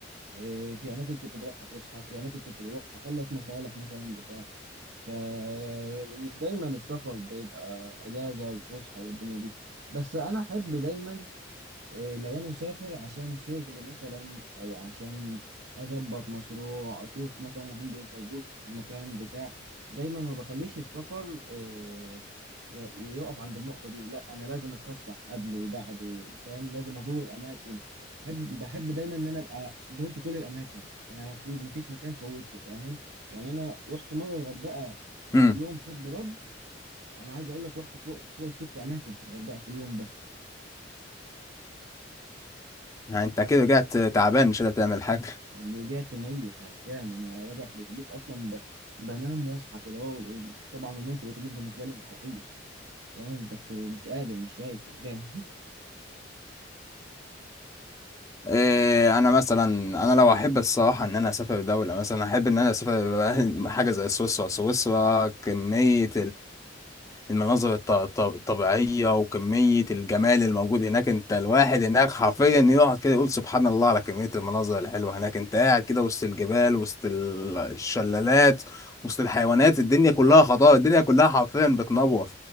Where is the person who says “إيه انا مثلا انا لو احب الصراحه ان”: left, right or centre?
Left